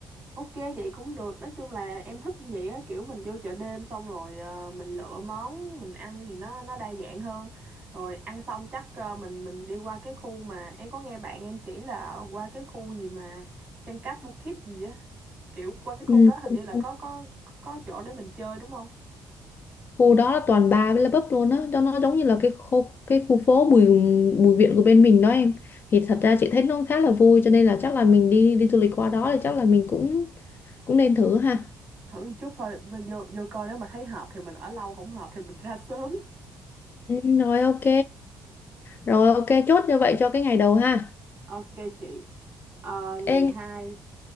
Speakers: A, on the right; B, on the left.
A: ok vậy cũng được nói chung là em thích vậy á kiểu mình vô chợ đêm xong rồi ờ, mình lựa món mình ăn thì nó nó đa dạng hơn rồi ăn xong chắc ờ, mình mình đi qua cái khu mà em có nghe bạn em chỉ là qua cái khu gì mà Chăn cát Bukit gì á kiểu qua cái khu
B: Ừ.
A: đó hình
B: ok.
A: như là có có có chỗ để mình chơi đúng không
B: khu đó là toàn bar với là pub luôn á cho nó giống như là cái khu cái khu phố Bùi Bùi Viện của bên mình đó em thì thật ra chị thấy nó khá là vui cho nên là chắc là mình đi đi du lịch qua đó thì chắc là mình cũng cũng nên thử ha
A: thử một chút thôi vô vô vô coi nếu mà thấy hợp thì mình ở lâu không hợp thì mình ra sớm
B: ừ, rồi ok rồi ok chốt như vậy cho cái ngày đầu ha
A: ok chị Ờ, ngày
B: Ê,
A: 2,